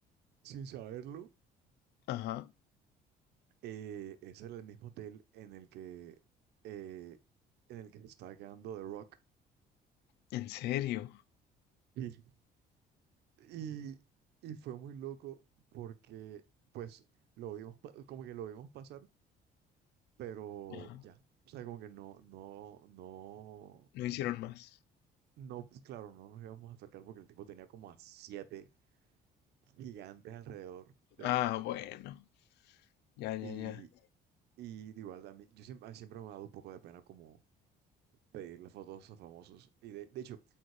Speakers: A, on the right (about 75°); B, on the left (about 80°).
A: sin saberlo,
B: Ajá.
A: eh, ese era el mismo hotel en el que, eh, en el que se estaba quedando The Rock.
B: ¿En serio?
A: Y, y, y fue muy loco porque, pues, lo vimos, pa- como que lo vimos pasar, pero
B: Ajá.
A: ya. O sea, como que no, no, no.
B: No hicieron más.
A: No, pues claro, no nos íbamos a acercar porque el tipo tenía como a siete gigantes alrededor de
B: Ah,
A: él.
B: bueno. Ya, ya,
A: Y,
B: ya.
A: y de igual, a mí, yo siempre, a mí siempre me ha dado un poco de pena como pedirle fotos a famosos. Y de, de hecho,